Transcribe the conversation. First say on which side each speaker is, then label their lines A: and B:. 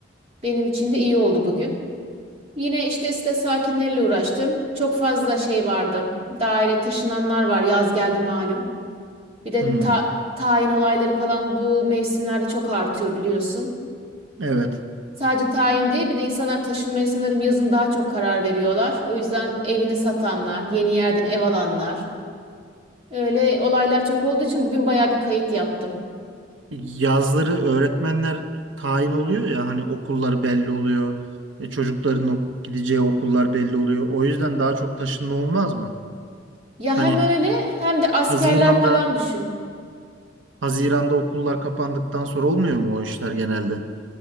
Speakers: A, on the right; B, on the right.
A: Benim için de iyi oldu bugün. Yine işte site sakinleriyle uğraştım. Çok fazla şey vardı. Daire taşınanlar var. Yaz geldi malum. Bir de
B: Hı.
A: ta- tayin olayları falan bu mevsimlerde çok artıyor biliyorsun.
B: Evet.
A: Sadece tayin değil bir de insanlar taşınmaya sanırım yazın daha çok karar veriyorlar. O yüzden evini satanlar, yeni yerden ev alanlar. Öyle olaylar çok olduğu için bugün bayağı bir kayıt yaptım.
B: Yazları öğretmenler tayin oluyor ya hani okullar belli oluyor. E, çocukların o- gideceği okullar belli oluyor. O yüzden daha çok taşınma olmaz mı?
A: Ya
B: Hani
A: hem öyle hem de askerler
B: Haziran'da
A: falan düşün.
B: Haziran'da okullar kapandıktan sonra olmuyor mu o işler genelde?